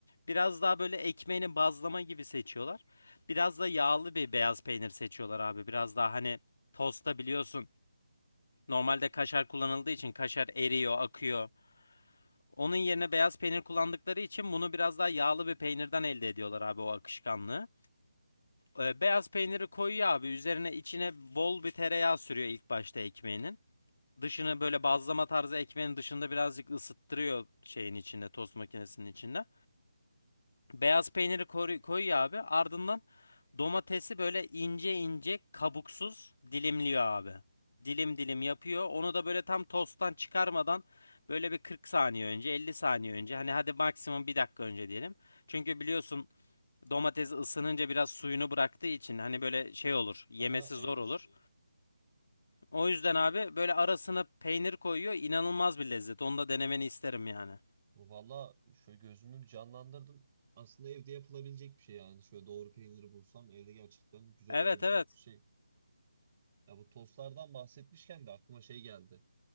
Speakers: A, on the left; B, on the right.
A: Biraz daha böyle ekmeğini bazlama gibi seçiyorlar. Biraz da yağlı bir beyaz peynir seçiyorlar abi. Biraz daha hani tosta biliyorsun normalde kaşar kullanıldığı için kaşar eriyor, akıyor. Onun yerine beyaz peynir kullandıkları için bunu biraz daha yağlı bir peynirden elde ediyorlar abi o akışkanlığı. Ee, beyaz peyniri koyuyor abi üzerine içine bol bir tereyağı sürüyor ilk başta ekmeğinin. Dışını böyle bazlama tarzı ekmeğin dışında birazcık ısıttırıyor şeyin içinde, tost makinesinin içinde. Beyaz peyniri koru- koyuyor abi. Ardından domatesi böyle ince ince kabuksuz dilimliyor abi. Dilim dilim yapıyor. Onu da böyle tam tosttan çıkarmadan böyle bir 40 saniye önce, 50 saniye önce. Hani hadi maksimum bir dakika önce diyelim. Çünkü biliyorsun domates ısınınca biraz suyunu bıraktığı için hani böyle şey olur, yemesi
B: Aha evet.
A: zor olur. O yüzden abi böyle arasına peynir koyuyor. İnanılmaz bir lezzet. Onu da denemeni isterim yani.
B: Valla şöyle gözümü bir canlandırdım. Aslında evde yapılabilecek bir şey yani. Şöyle doğru peyniri bulsam evde gerçekten güzel
A: Evet
B: olabilecek
A: evet.
B: bir şey. Ya bu tostlardan bahsetmişken de aklıma şey geldi.